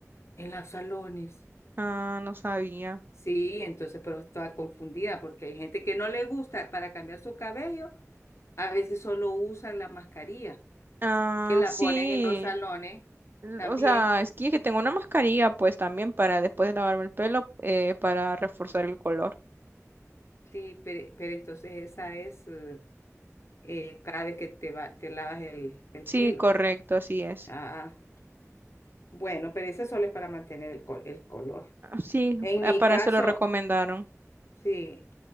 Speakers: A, on the left (about 60°); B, on the right (about 40°).
A: en los salones.
B: Ah, no sabía.
A: Sí, entonces, pero estaba confundida porque hay gente que no le gusta para cambiar su cabello, a veces solo usan la mascarilla,
B: Ah,
A: que la
B: sí.
A: ponen en los salones
B: L-
A: también.
B: O sea, es que, que tengo una mascarilla, pues también para después de lavarme el pelo, eh, para reforzar el color.
A: Sí, pero, pero entonces esa es eh, eh, cada vez que te va, te lavas el, el
B: Sí,
A: pelo.
B: correcto, así es.
A: Ah, bueno, pero esa solo es para mantener el, co- el color.
B: Sí,
A: En
B: eh,
A: mi
B: para
A: caso,
B: eso lo recomendaron.
A: sí.